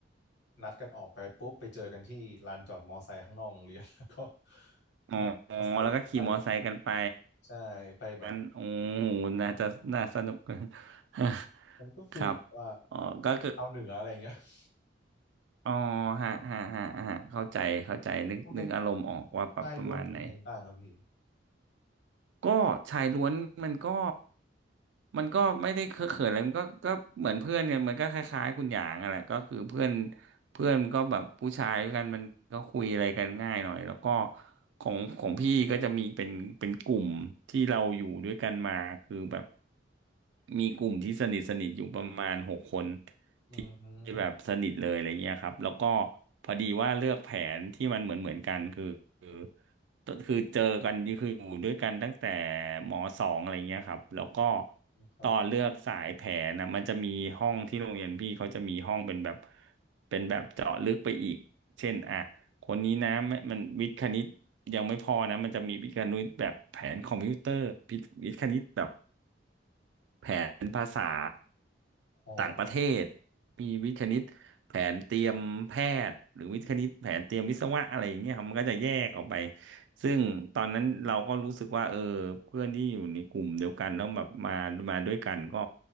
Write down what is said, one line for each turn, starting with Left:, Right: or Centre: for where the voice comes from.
Left: นัดกันออกไปปุ๊บไปเจอกันที่ลานจอดมอไซค์ข้างนอกโรงเรียน <laughs> แล้วก็
Right: อ๋อ
Left: นั่งมอไซค์ไป
Right: แล้วก็ขี่มอเตอร์ไซค์กันไป
Left: ใช่ไปแบบ
Right: อันโอ้โหน่าจะน่าสนุก <laughs>
Left: มันก็ฟิลแบบว่า
Right: ครับอ๋อก็คือ
Left: ชาวเหนืออะไรอย่างเงี้ย <laughs>
Right: อ๋อฮะฮะฮะฮะเข้าใจเข้าใจนึกนึกอารมณ์ออกว่าปรับประมาณไหน
Left: โรงเรียน ชายล้วนเป็นไงบ้างครับพี่
Right: ก็ชายล้วนมันก็มันก็ไม่ได้เคอะเขินอะไรมันก็ก็เหมือนเพื่อนกันมันก็คล้ายๆคุณหยางอะแหละก็คือเพื่อนเพื่อนก็แบบผู้ชายด้วยกันมันก็คุยอะไรกันง่ายหน่อยแล้วก็ของของพี่ก็จะมีเป็นเป็นกลุ่มที่เราอยู่ด้วยกันมาคือแบบมีกลุ่มที่สนิทสนิทอยู่ประมาณหกคน
Left: อืม
Right: ที่แบบสนิทเลยอะไรเงี้ยครับแล้วก็พอดีว่าเลือกแผนที่มันเหมือนเหมือนกันคือคือคือเจอกันคืออยู่ด้วยกันตั้งแต่มสองอะไรเงี้ยครับแล้วก็
Left: ครับ
Right: ตอนเลือกสายแผนนะมันจะมีห้องที่โรงเรียนพี่เขาจะมีห้องเป็นแบบเป็นแบบเจาะลึกไปอีกเช่นอ่ะคนนี้นะไม่มันวิทย์คณิตยังไม่พอนะมันจะมีวิทย์คณิตแบบแผนคอมพิวเตอร์วิทย์วิทย์คณิตแบบ แผนภาษา
Left: อ๋อ
Right: ต่างประเทศมีวิทย์คณิตแผนเตรียมแพทย์หรือวิทย์คณิตแผนเตรียมวิศวะอะไรอย่างเงี้ยครับมันก็จะแยกออกไปซึ่งตอนนั้นเราก็รู้สึกว่าเออเพื่อนที่อยู่ในกลุ่มเดียวกันแล้วแบบมามาด้วยกันก็